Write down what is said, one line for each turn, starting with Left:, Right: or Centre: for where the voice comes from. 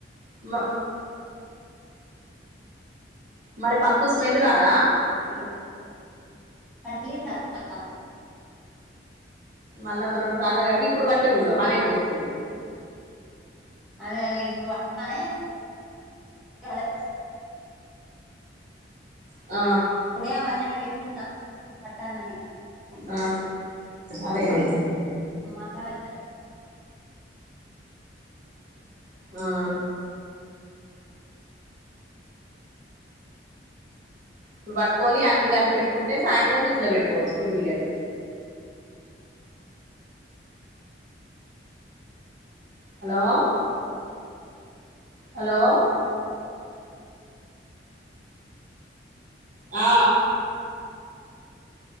Right: మ మరి పప్పు స్మెల్ రాదా
Centre: అ ఉపెడ్త పనిలేక అత్త మ్
Right: మళ్ళా ఒక రోండు సార్లు కడిగి ఇప్పుడు బట్టూ పనైపోతది
Centre: అదే అదే ఇప్పుడు వట అనే
Right: ఆ
Centre: డే అవన్నీ ఆడపెట్టుకుంట్న ఆ పట్టానని
Right: ఆ అదేలే
Centre: మసాలా
Right: ఆ ఇప్పుడు పట్టుకోని అన్ని కలిపి పెట్టుకుంటే సాయంత్రం ఫ్రిడ్జ్ లో పెట్టుకోవచ్చు పిండి అది హలో హలో ఆ